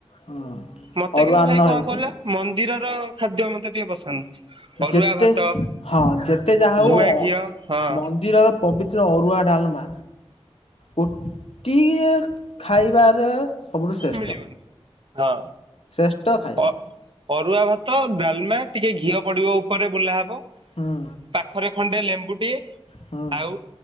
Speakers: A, on the left; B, on the right.
A: ହୁଁ
B: ମତେ
A: ଅରୁଆ
B: କିନ୍ତୁ
A: ଅନ୍ନ
B: ଭାଇ କଣ
A: ହେଇଛି।
B: କହିଲ ମନ୍ଦିରର ଖାଦ୍ୟ ମ ଟିକେ ପସନ୍ଦ। ଅରୁଆ
A: ଯେତେ
B: ଭାତ
A: ହଁ ଯେତେ ଯାହା ହଉ
B: ଗୁଆ
A: ଅଁ
B: ଘିଅ ହଁ
A: ମନ୍ଦିରର ପବିତ୍ର ଅ ରୁଆ ଡାଲମା କୋଟିଏ ଖାଇବାରେ ସବୁଠୁ ଶ୍ରେଷ୍ଠ
B: ମିଳିିବନି ହଁ
A: ଶ୍ରେଷ୍ଠ ଖାଇବା
B: ଅଁ ଅଁ। ଅରୁଆ ଭାତ ଡାଲମା ଟିକେ ଘିଅ ପଡିବ ଉପରେ ବୁଲା ହବ।
A: ହୁଁ
B: ପାଖରେ ଖଣ୍ଡେ ଲେମ୍ବୁଟିଏ
A: ହୁଁ
B: ଆଉ